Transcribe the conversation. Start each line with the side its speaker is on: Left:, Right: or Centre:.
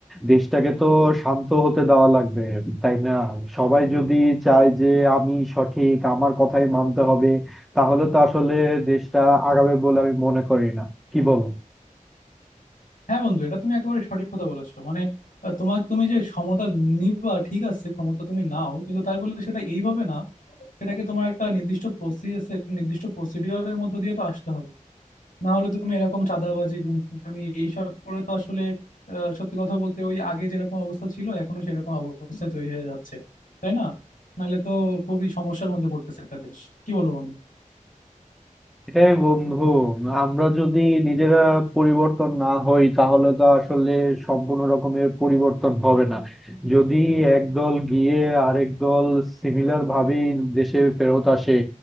Centre: দেশটাকে তো শান্ত হতে দেওয়া লাগবে তাই না সবাই যদি চায় যে আমি সঠিক আমার কথাই মানতে হবে তাহলে তো আসলে দেশটা আগাবে বলে আমি মনে করি না কি বলো
Left: হ্যাঁ বন্ধু এটা তুমি একেবারে সঠিক কথা বলেছো মানে আহ, তোমাকে তুমি যে ক্ষমতা নিবা ঠিক আছে ক্ষমতা তুমি নাও কিন্তু তাই বলে সেটা এইভাবে না সেটাকে তোমার একটা নির্দিষ্ট প্রসেস একটা নির্দিষ্ট প্রসিডিওরের মধ্যে দিয়ে তো আসতে হবে না হলে তুমি এরকম চাঁদাবাজি গুন্ডামি এইসব করে তো আসলে আহ, সত্যি কথা বলতে ওই আগে যেরকম অবস্থা ছিল এখনো সেরকম অবস্থা তৈরি হয়ে যাচ্ছে তাই না নাহলে তো খুবই সমস্যার মধ্যে পড়তেছে একটা দেশ কি বলো বন্ধু
Centre: এটাই বন্ধু আমরা যদি নিজেরা পরিবর্তন না হই তাহলে তো আসলে সম্পূর্ণ রকমের পরিবর্তন হবে না যদি একদল গিয়ে আরেক দল সিমিলার ভাবে দেশে ফেরত আসে